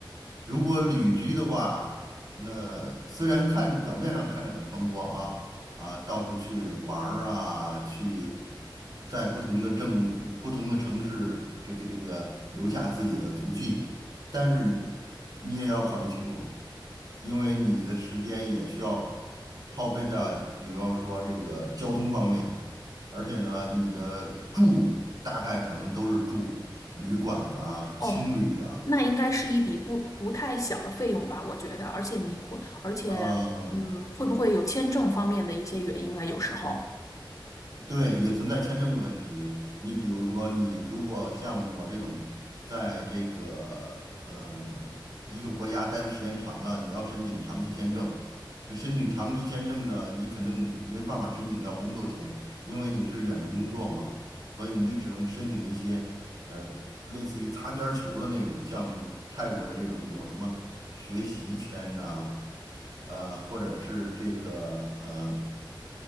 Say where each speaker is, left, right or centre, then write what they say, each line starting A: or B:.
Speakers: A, on the right; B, on the left.
A: 如果旅居的话，那虽然看表面上看着很风光啊啊，到处去玩儿啊，去在不同的政不同的城市，这个这个留下自己的足迹，但是你也要考虑清楚，因为你的时间也需要耗费在，比如说这个交通方面，而且呢，你的住大概可能都是住旅馆呐、
B: 哦，
A: 青旅啊。
B: 那应该是一笔不不太小的费用吧？我觉得，而且你会，而且，
A: 呃，
B: 嗯，会不会有签证方面的一些原因啊？有时候。
A: 对，也存在签证的问题。你比如说，你如果像我这种，在这个呃一个国家待的时间长了，你要申请长期签证，那申请长期签证呢，你肯定没办法申请到工作签，因为你是远程工作嘛。所以你只能申请一些呃类似于擦边儿球的那种，像泰国的这种有什么学习签呐、呃，或者是这个呃